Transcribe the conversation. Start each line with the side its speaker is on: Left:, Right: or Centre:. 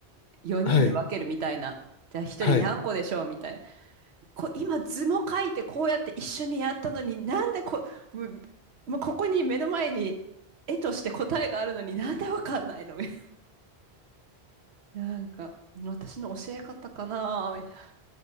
Right: 4人で分けるみたいな。
Left: はい。
Right: じゃあ1人何個でしょうみたい
Left: はい。
Right: こ、今図も書いてこうやって一緒にやったのに、なんでこ、もうもうここに目の前に絵として答えがあるのになんでわかんないのみたいな。なんか、私の教え方かなみたいな